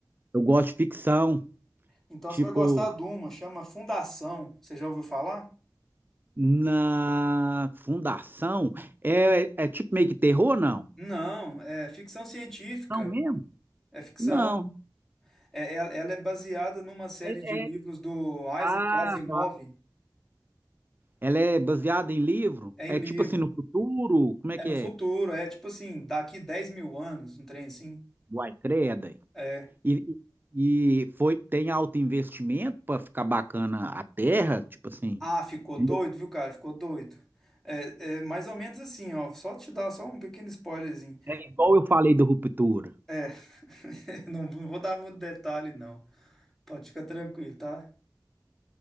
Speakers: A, on the right; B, in the centre.
A: Eu gosto de ficção,
B: Então
A: Tipo,
B: você vai gostar de uma, chama Fundação. Você já ouviu falar?
A: na fundação, é, é tipo meio que terror, não?
B: Não, é ficção científica.
A: Não mesmo?
B: É ficção.
A: Não.
B: É, é- ela é baseada numa série
A: É,
B: de livros
A: é.
B: do
A: Ah,
B: Isaac Asimov.
A: tá. Ela é baseada em livro?
B: É em
A: É
B: livro.
A: tipo assim, no futuro? Como é
B: É
A: que
B: no
A: é?
B: futuro. É tipo assim, daqui 10 mil anos, um trem assim.
A: Uai, creda. hein?
B: É.
A: E, e foi, tem alto investimento para ficar bacana a terra? Tipo assim,
B: Ah, ficou
A: entendeu?
B: doido, viu, cara? Ficou doido. É, é mais ou menos assim, ó. Só te dar só um pequeno spoilerzinho.
A: É igual eu falei do Ruptura.
B: É. <laughs> Não, não vou dar muito detalhe, não. Pode ficar tranquilo, tá?